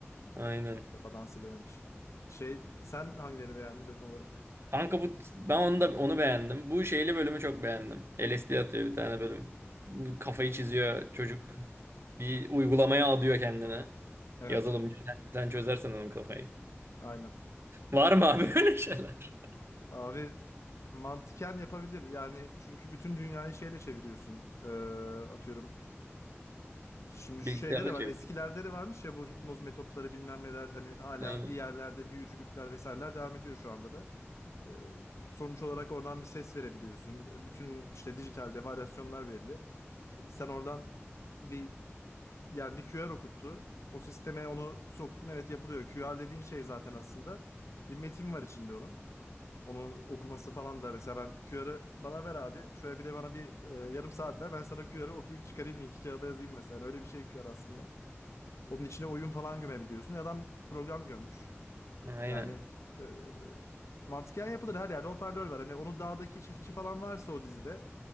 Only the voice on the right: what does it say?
Aynen.
Kanka bu ben onu da onu beğendim. Bu şeyli bölümü çok beğendim. LSD atıyor bir tane bölüm. Kafayı çiziyor çocuk. Bir uygulamaya adıyor kendine.
Yazılımcı sen, sen çözersen onun kafayı.
Var mı abi <laughs> böyle şeyler?
Bilgisayarla
çeviriyor.
Aynen.
Aynen.